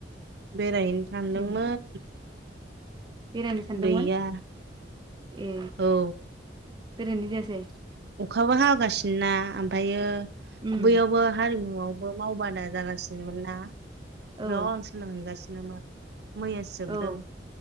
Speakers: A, on the right; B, on the right.
A: बेरायनो सानदोंमोन
B: उम बेरायनो सानदोंमोन
A: गैया
B: ए
A: औ
B: बेरायनाय जायासै
A: अखाबो हागासिनो ना ओमफ्रायो
B: उम
A: बैयावबो हारिमु न'आवबो मावबादा जागासिनोमोन ना
B: औ
A: बेयाव आं सोलोंहैगासि नोमोन मैयासो जोबदों
B: औ